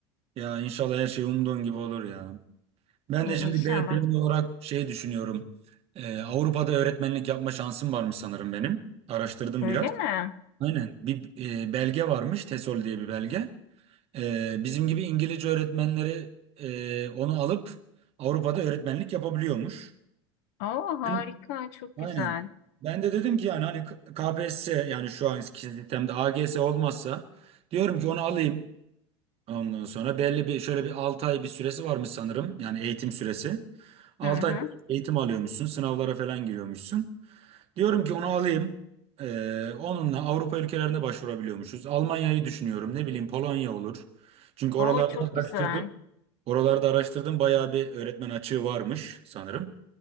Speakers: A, on the right; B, on the left.
A: Ya inşallah her şey umduğun gibi olur ya. Ben
B: İ-
A: de şimdi
B: İnşallah.
A: B planı olarak şey düşünüyorum. Ee, Avrupa'da öğretmenlik yapma şansım varmış sanırım benim. Araştırdım
B: Öyle
A: biraz.
B: mi?
A: Aynen. Bir e, belge varmış. TESOL diye bir belge. Ee, bizim gibi İngilizce öğretmenleri e, onu alıp Avrupa'da öğretmenlik yapabiliyormuş.
B: Oo harika,
A: Ben-
B: çok
A: Aynen.
B: güzel.
A: Ben de dedim ki yani hani K- KPSS yani şu anki sistemde AGS olmazsa diyorum ki onu alayım. Ondan sonra belli bir şöyle bir 6 ay bir süresi varmış sanırım. Yani eğitim süresi. 6
B: Hı hı.
A: ay eğitim alıyormuşsun. Sınavlara falan giriyormuşsun. Diyorum ki onu alayım. Ee, onunla Avrupa ülkelerine başvurabiliyormuşuz. Almanya'yı düşünüyorum. Ne bileyim Polonya olur. Çünkü oralarda
B: Oo çok
A: araştırdım.
B: güzel.
A: Oralarda araştırdım. Bayağı bir öğretmen açığı varmış sanırım.